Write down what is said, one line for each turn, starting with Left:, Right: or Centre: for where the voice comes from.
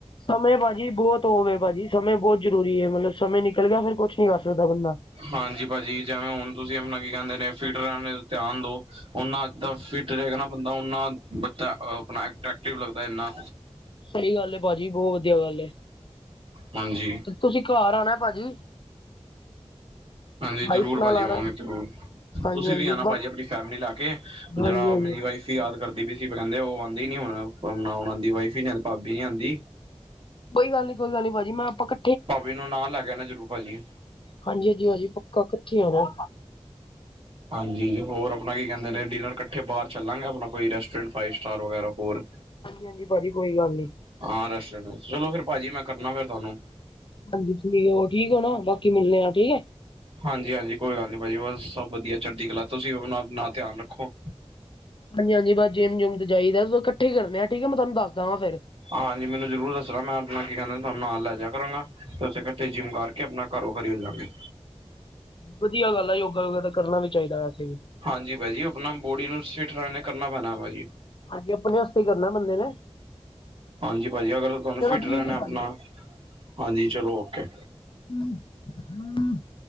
Left: ਸਮੇ ਭਾਜੀ ਬੋਅ ਤੋਵੇ ਭਾਜੀ ਸਮੇਂ ਬੋਤ ਜਰੂਰੀ ਏ, ਮਤਲਬ ਸਮੇਂ ਨੀਕਲ ਗੇਆ ਫੇਰ ਕੁੱਛ ਨੀ ਕਾਰ ਸਕਦਾ ਬੰਦਾ।
Right: ਹਾਂਜੀ ਭਾਜੀ, ਜੈਵੇਂ ਹੁਨ ਤੂਸੀ ਅਪਣਾ ਕੀ ਕੈਂਦੇ ਨੇ ਫਿਟ ਨ ਰੈਨ ਧੇਆਨ ਦੋ ਓਨਾ ਅੱਦਾ ਫੀਟ ਰਹੇਗਾ ਨਾ ਬੰਦਾ ਓਨਾ ਬਦਾ ਅ ਅਪਨਾ ਆ ਐਟਰੈਕਟਿਵ ਲਗਦੈ ਐਨਾ।
Left: ਸਈ ਗੱਲ ਏ ਭਾਜੀ ਬੋਅ ਵਦੀਆ ਗੱਲ ਏ,
Right: ਹਾਂਜੀ
Left: ਤੇ ਤੂਸੀ ਘਾਰ ਆਣੇ ਭਾਜੀ।
Right: ਹਾਂਜੀ,
Left: ਵਾਈਫ
Right: ਜਰੂਰ
Left: ਨਾਲ
Right: ਭਾਜੀ
Left: ਆਉਣਾ
Right: ਆਵਾਂਗੇ ਜਰੂਰ।
Left: ਹਾਂਜੀ
Right: ਤੂਸੀ
Left: ਹਾਂਜੀ
Right: ਵੀ ਆਨਾ
Left: ਬਸ
Right: ਭਾਜੀ ਅਪਨੀ ਫੈਮਲੀ ਲੈ ਕੇ,
Left: ਹਾਂਜੀ
Right: ਜਰਾ
Left: ਹਾਂਜੀ।
Right: ਮੇਰੀ ਵਾਈ ਫੀ ਯਾਦ ਕਰਦੀ ਪੀ ਸੀ ਕੈਂਦੇ ਓ ਆਂਦੀ ਨੀ ਹੁਣ, ਨੀ ਓਨਾਂਦੀ ਵਾਈਫ ਈ ਨੀ ਆ ਭਾਬੀ ਨੀ ਆਂਦੀ।
Left: ਕੋਈ ਗਾਲ ਨੀ, ਕੋਈ ਗਾਲ ਨੀ ਭਾਜੀ ਮੈਂ ਆਪਾਂ ਕ
Right: ਪਾਬੀ ਨੂੰ ਨਾਲ ਲੈਕੇ ਆਨਾ ਜਰੂਰ ਭਾਜੀ।
Left: ਹਾਂਜੀ, ਹਾਂਜੀ ਹਜੀ ਪੱਕਾ ਕੱਠੇ ਆਂਵਾ
Right: ਹਾਂਜੀ, ਹੋਰ ਅਪਣਾ ਕੀ
Left: ਹਾਂਜੀ
Right: ਕੈਂਦੇ ਨੇ ਡੀਨਰ ਕੱਠੇ ਬਾਰ ਚੱਲਾਂਗੇ ਅਪਣਾ ਕੋਈ ਰੈਸਟੋਰੈਂਟ ਫਾਈਵ ਸਟਾਰ ਵਗੈਰਾ ਹੋਰ
Left: ਹਾਂਜੀ ਭਾਜੀ ਕੋਈ ਗੱਲ ਨੀ।
Right: ਹਾਂ ਰੈਸਟੋਰੈਂਟ, ਚਲੋ ਫੇਰ ਭਾਜੀ ਮੈਂ ਕਰਨਾ ਫੇਰ ਤੂਆਨੂੰ।
Left: ਹਾਂਜੀ, ਹੋਰ ਠੀਕ ਹੋ ਨਾ, ਬਾਕੀ ਮਿਲਨੇ ਆਂ ਠੀਕ ਏ।
Right: ਹਾਂਜੀ-ਹਾਂਜੀ ਕੋਈ ਗਾਲ ਨੀ ਭਾਜੀ, ਬਸ ਸਬ ਵਦੀਆ, ਚੜਦੀ ਕਲਾ ਤੂਸੀ ਅਪਨਾ ਅਪਨਾ ਧੇਆਨ ਰੱਖੋ।
Left: ਹਾਂਜੀ-ਹਾਂਜੀ ਬਸ ਜਿੰਮ-ਜੁੰਮ ਤੇ ਜਾਈਦੈ, ਸੁ ਕੱਠੇ ਈ ਕਰਨੇ ਆਂ, ਠੀਕੈ ਮੈਂ ਤੂਆਨੂੰ ਦਸ ਦਾ ਵਾਂ ਫੇਰ।
Right: ਹਾਂਜੀ ਮੈਨੂੰ ਜਰੂਰ ਦਸਣਾ ਮੈਂ ਅਪਣਾ ਕੀ ਕੈਂਦੇਨ ਧਾਨੂ ਨਾਲ ਲੈਜੇਆ ਕਰਾਂਗਾ। ਅਸੀ ਕੱਠੇ ਜਿਮ ਕਾਰਕੇ, ਅਪਨਾ ਘਰੋਘਰੀ ਹੋ ਜਾਂਗੇ।
Left: ਵਦੀਆ ਗਾੱਲ ਐ, ਯੋਗਾ ਵੋਗੇਰਾ ਕਰਨਾ ਵੀ ਚਾਈਦਾ ਵੈਸੇ ਵੀ।
Right: ਹਾਂਜੀ ਭਾਜੀ ਅਪਨਾ ਬੋਡੀ ਨੂੰ ਸਿਠ ਰੈਨ ਕਰਨੈ ਪੈਨਾ, ਭਾਜੀ।
Left: ਹਾਂਜੀ, ਆਪਨੇ ਆਸਤੇ ਈ ਕਰਨੈ ਬੰਦੇ ਨੇ।
Right: ਹਾਂਜੀ, ਭਾਜੀ ਅਗਰ ਤੂਆਨੂੰ
Left: ਚਲੋ
Right: ਫਿਟ ਰੈਨੈ
Left: ਠੀਕ ਹੈ
Right: ਅਪਨਾ,
Left: ਭਾਜੀ।
Right: ਹਾਂਜੀ ਚਲੋ ਓਕੇ।
Left: <inaudible>